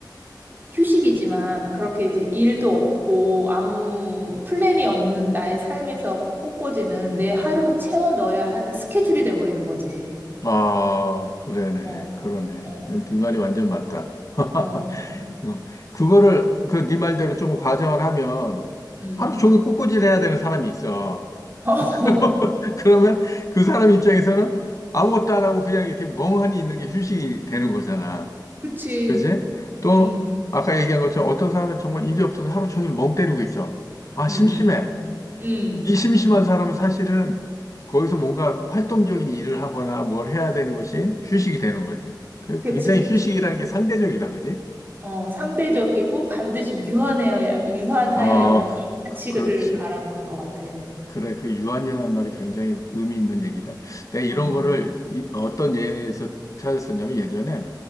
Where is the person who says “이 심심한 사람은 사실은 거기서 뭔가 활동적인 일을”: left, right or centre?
Left